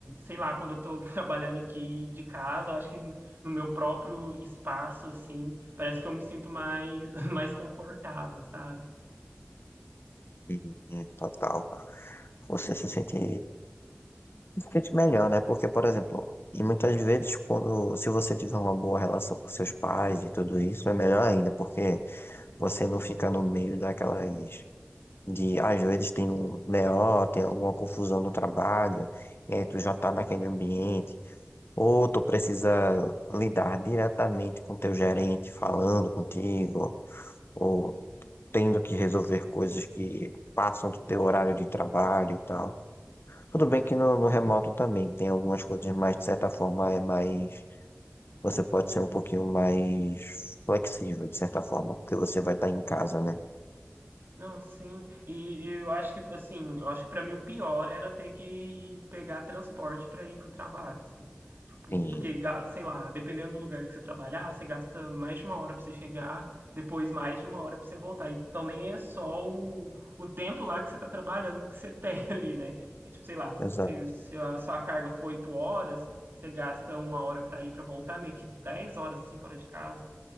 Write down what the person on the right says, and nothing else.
sei lá, quando eu tô <laughs> trabalhando aqui de casa, eu acho que no meu próprio espaço, assim, parece que eu me sinto mais, <laughs> mais confortável, sabe?
Não, sim. E eu acho que assim, eu acho que para mim o pior era ter que pegar transporte para ir pro trabalho, assim. Tipo,
porque ga- sei lá, dependendo do lugar que você trabalhar, você gasta mais de uma hora para você chegar, depois mais de uma hora para você voltar. Então nem é só o, o tempo lá que você tá trabalhando que você tem <laughs> ali, né? É tipo, sei lá, se,
se a sua carga for oito horas, você gasta uma hora para ir para voltar, meio que dez horas assim fora de casa.